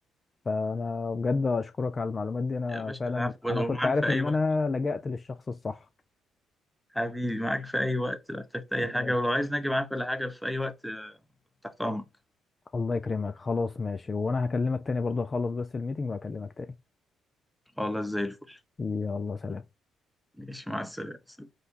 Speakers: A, on the left (about 30°); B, in the centre.
A: فأنا بجد أشكرك على المعلومات دي أنا
B: يا باشا
A: فعلا
B: العفو
A: أنا كنت
B: ومعاك
A: عارف
B: في أي
A: إن
B: وقت
A: أنا لجأت للشخص الصح
B: حبيبي معاك في أي وقت لو احتجت أي
A: ماشي.
B: حاجة ولو عايز نجي معاك ولا حاجة في أي وقت آه، تحت أمرك
A: الله يكرمك خلاص ماشي وانا هكلمك تاني برضه اخلص بس الميتنج وهكلمك تاني
B: خلاص زي الفل
A: يلا سلام
B: ماشي مع السلامة